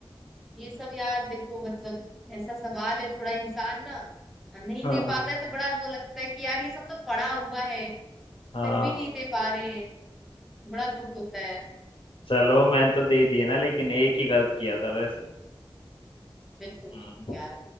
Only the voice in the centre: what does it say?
ये सब यार देखो मतलब ऐसा सवाल है थोड़ा इंसान ना नहीं
दे पाता है तो बड़ा वो लगता है कि यार ये सब तो पढ़ा हुआ है
फिर भी नहीं दे पा रहे हैं बड़ा दुख होता है
बिल्कुल बिल्कुल
यार